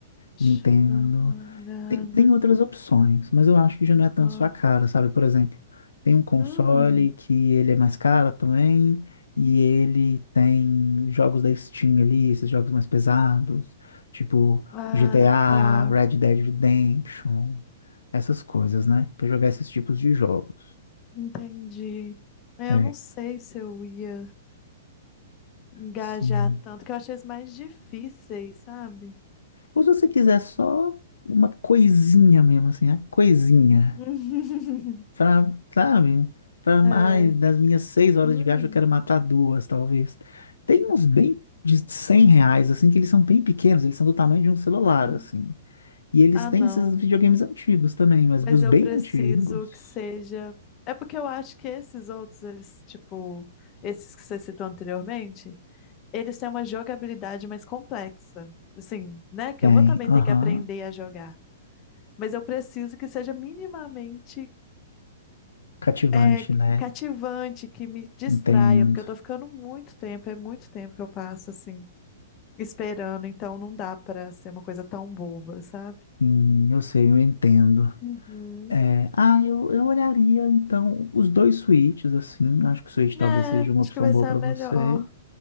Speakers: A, on the left (about 35°); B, on the left (about 75°).
A: Deixa
B: Nintendo.
A: eu dar uma olhada.
B: Tem, tem outras opções, mas eu acho que já não é tanto
A: Jogos.
B: sua cara, sabe? Por exemplo, tem um console
A: Hum.
B: que ele é mais caro também, e ele tem jogos da Steam ali, esses jogos mais pesados, tipo
A: Ah,
B: GTA,
A: tá.
B: Red Dead Redemption, essas coisas, né? Pra jogar esses tipos de jogos.
A: Entendi. É,
B: É,
A: Eu não sei se eu ia engajar
B: sim.
A: tanto, que eu achei isso mais difíceis, sabe?
B: Ou se você quiser só uma coisinha mesmo, assim, a coisinha.
A: <laughs>
B: Pra, sabe? Pra mais
A: É.
B: das minhas seis horas
A: Hum,
B: de viagem, eu quero matar duas, talvez. Tem uns bem de 100 reais, assim, que eles são bem pequenos, eles são do tamanho de um celular,
A: tá.
B: assim. E eles
A: Ah,
B: têm
A: não.
B: esses videogames antigos também, mas
A: Mas
B: os
A: eu
B: bem
A: preciso
B: antigos.
A: que seja. É porque eu acho que esses outros, eles, tipo, esses que você citou anteriormente, eles têm uma jogabilidade mais complexa. Assim, né? Que
B: Tem,
A: eu vou também
B: aham.
A: ter que aprender a jogar. Mas eu preciso que seja minimamente
B: Cativante,
A: é,
B: né?
A: cativante, que me distraia,
B: Entendo.
A: porque eu tô ficando muito tempo, é muito tempo que eu passo, assim, esperando. Então não dá pra ser uma coisa tão boba, sabe?
B: Hum, eu sei, eu entendo.
A: Uhum.
B: É, ah, eu, eu olharia então os dois suítes, assim. Acho que o suíte talvez
A: É,
B: seja uma
A: acho
B: opção
A: que vai
B: boa
A: ser
B: para
A: a
B: você.
A: melhor.